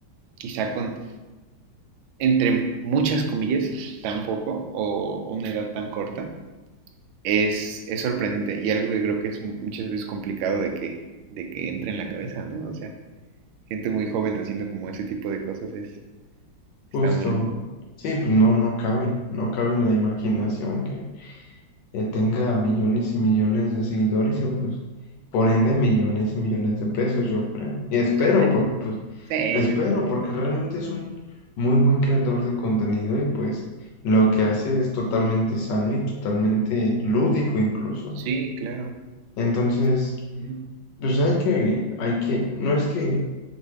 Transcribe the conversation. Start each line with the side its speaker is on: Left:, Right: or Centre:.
Right: quizá con, entre muchas comillas, tan poco o una edad tan corta, es, es sorprendente y algo que creo que es muchas veces complicado de que, de que entre en la cabeza, ¿no? O sea, gente muy joven haciendo como ese tipo de cosas es,
Left: justo.
Right: está muy loco.
Left: Sí, pues no, no cabe, no cabe en la imaginación que eh, tenga millones y millones de seguidores y pues por ende millones y millones de pesos, yo creo. Y espero,
Right: <laughs> Ujú.
Left: porque pues,
Right: Sí,
Left: espero,
Right: yo creo que
Left: porque realmente es un muy buen creador de contenido y pues lo que hace es totalmente sano y totalmente lúdico incluso.
Right: sí, claro.
Left: Entonces,
Right: Pues, ujú,
Left: pues hay que, hay que, no es que